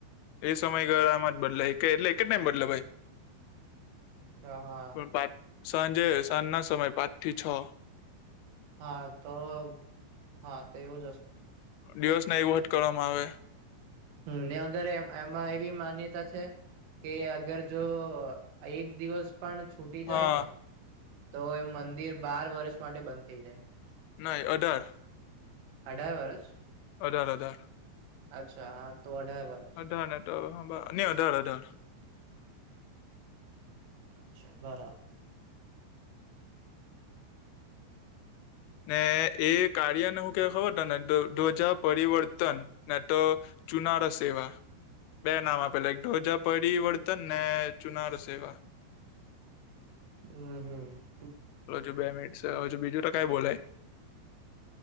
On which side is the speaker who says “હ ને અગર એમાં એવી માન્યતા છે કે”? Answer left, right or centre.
Right